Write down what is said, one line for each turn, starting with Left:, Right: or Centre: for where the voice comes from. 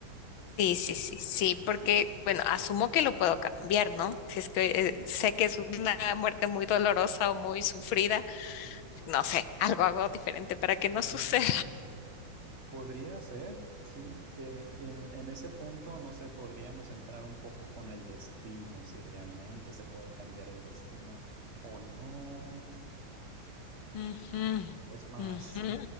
Left: Sí, sí, sí, sí, porque,
Right: Sí,
Left: bueno, asumo que lo puedo cambiar, ¿no? Si es que eh, sé que es una muerte muy dolorosa o muy sufrida, no sé, algo hago diferente para que no
Right: sí.
Left: <laughs> suceda.
Right: Podría ser, sí. eh, y en, en ese punto, no sé, podríamos entrar un poco con el destino, si realmente se puede cambiar el destino o no.
Left: Ujú,
Right: Es más,
Left: ujú.